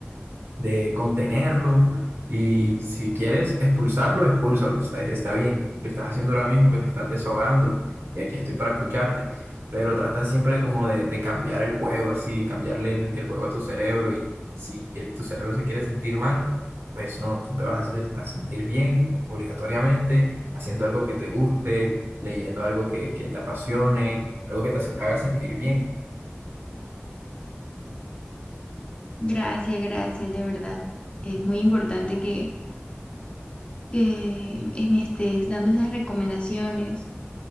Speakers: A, on the right; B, on the left.
A: de contenerlo y si quieres expulsarlo, expúlsalo, está, está bien, lo estás haciendo ahora mismo que te estás desahogando y aquí estoy para escucharte, pero trata siempre como de, de cambiar el juego, así, cambiarle el, el juego a tu cerebro y si el- tu cerebro se quiere sentir mal, pues no, tú te vas a, hacer- a sentir bien obligatoriamente, haciendo algo que te guste, leyendo algo que, que te apasione, algo que te hace- haga sentir bien.
B: Gracias, gracias, de verdad. Es muy importante que, que eh, me estés dando esas recomendaciones,